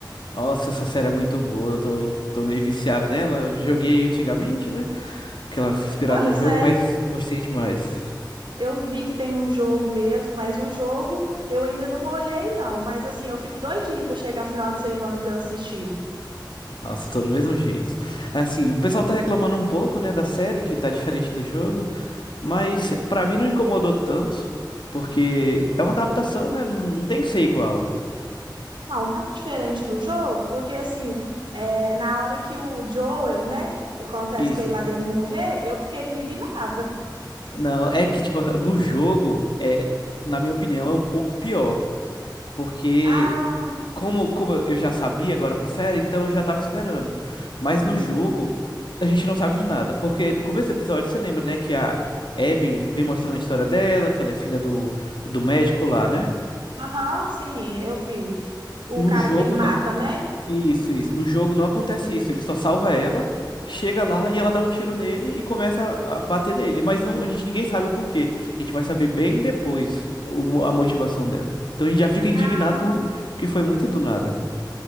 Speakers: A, on the left (about 75°); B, on the right (about 85°).
A: Nossa, essa série é muito boa, eu tô, tô meio viciado nela. Eu Joguei antigamente, né? Porque ela foi
B: É,
A: inspirada
B: Pois
A: no jogo,
B: é.
A: mas gostei demais.
B: Eu vi que tem um jogo mesmo, mas o jogo eu ainda não olhei, não. Mas assim, eu fico doidinha para chegar final de semana para eu assistir.
A: Nossa, tô do mesmo jeito. Assim, o pessoal tá reclamando um pouco, né, da série, que tá diferente do jogo. Mas pra mim não incomodou tanto, porque é uma adaptação, né? Não, não tem que ser igual.
B: Não, tá diferente do jogo, porque assim, é, na hora que o Joel, né, acontece
A: Isso.
B: com ele lá de morrer, eu fiquei indignada.
A: Não, é que, tipo, no jogo, é, na minha opinião, é um pouco pior. Porque,
B: Ah,
A: como, como eu já sabia agora pra série, então eu já tava esperando. Mas
B: uhum,
A: no jogo, a gente não sabe de nada. Porque no começo do episódio, você lembra, né? Que a Abby vem mostrando a história dela, que ela é filha do, do médico lá, né?
B: aham, sim, eu vi. O
A: No
B: cara
A: jogo,
B: que ele mata, né?
A: Isso, isso. No jogo não acontece isso. Ele só salva ela, chega lá e ela dá um tiro nele e começa a a bater nele. Mas não, a gente ninguém sabe o porquê. A gente vai saber bem depois o- a motivação dela. Então a gente já fica indignado
B: Ah,
A: por, porque foi muito do nada.